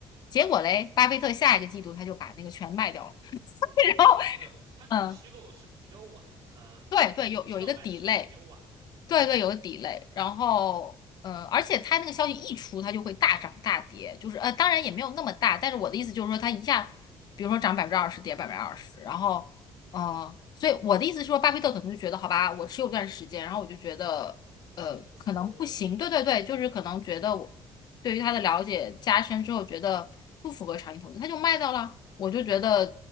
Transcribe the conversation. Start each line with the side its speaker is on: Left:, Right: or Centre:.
Left: 结果嘞，巴菲特下一个季度他就把那个全卖掉了。<laughs> 然后，
Right: 他这个他这个披露是不是比较晚啊？
Left: 嗯，
Right: 他你知道卖的时候已经晚了，
Left: 对对，有有一个 delay。对对，有个 d e 然后呃，而且它那个消息一出，它就会大涨大跌，就是呃，当然也没有那么大，但是我的意思就是说，它一下，比如说涨百分之二十，跌百分之二十，然后嗯，所以我的意思是说，巴菲特可能就觉得好吧，我持有段时间，然后我就觉得呃，
Right: 不行，不符合我的理念。
Left: 可能不行，对对对，就是可能觉得我对于他的了解加深之后，觉得不符合长期投资，他就卖掉了，我就觉得